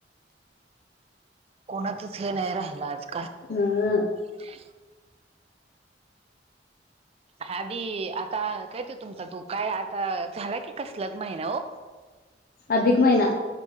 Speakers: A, on the right (about 35°); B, on the left (about 55°).
A: कोणााचच हे नाही राहिलं अजून.
B: <unintelligible>
A: <inaudible> हबी आता- कायते तुमचा तो काय आता झाला की कसला महिना हो.
B: अधिक महिना